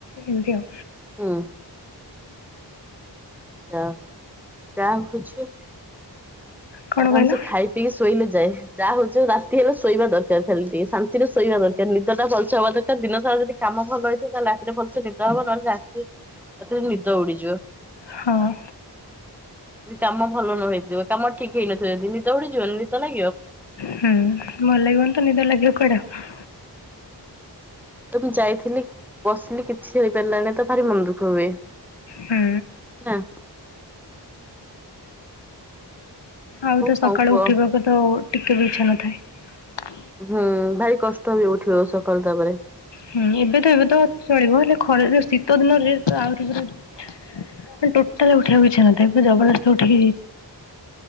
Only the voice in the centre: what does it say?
ହୁଁ। ଯା ଚା ବୁଝୁ
ଆରାମ
ସେ ଖାଇ ପିଇକି ଶୋଇଲେ ଯାଇ ଯାହା ହଉଛି ହୋଉ ରାତି ହେଲେ ଶୋଇବା ଦରକାର ଖାଲି ଟିକେ ଶାନ୍ତିରେ ଶୋଇବା ଦରକାର ନ ନିଦ ଟା ଭଲ ସେ ହବ ଦରକାର ଦିନ ସାରା ଯଦି କାମ ଭଲ ହେଇଥିବ ତାହେଲେ ରାତିରେ ଭଲସେ ନିଦ ହବ ନହେଲେ ରା ରାତିରେ ନିଦ ଉଡିଯିବ
ଯଦି କାମ ଭଲ ନ ହେଇଥିବ କାମ ଠିକ ହେଇନଥିବ ଯଦି ନିଦ ଉଡିଯିବନି ନିଦ ଲାଗି
ତ ମୁଁ ଯାଇଥିଲି ବସିଲି କିଛି ହେଇପାରିଲାନି ତ ଭାରି ମନ ଦୁଃଖ ହୁଏ।
ନା
କଣ କୁହ
ହୁଁ ଭାରି କଷ୍ଟ ବି ଉଠିବ ସକାଳୁ ତାପରେ